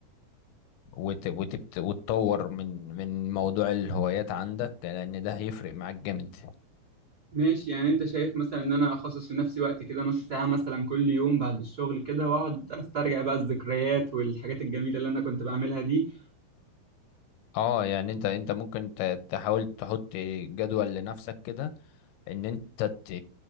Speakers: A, on the left; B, on the right.
A: وت... وتبت... وتطور من من موضوع الهوايات عندك لان ده هيفرق معاك جامد
B: ماشي يعني انت شايف مثلا ان انا اخصص لنفسي وقت كده نص ساعه مثلا كل يوم بعد الشغل كده واقعد استرجع بقى الذكريات والحاجات الجميله اللي انا كنت بعملها دي
A: اه يعني انت انت ممكن ت... تحاول تحط جدول لنفسك كده ان انت ت...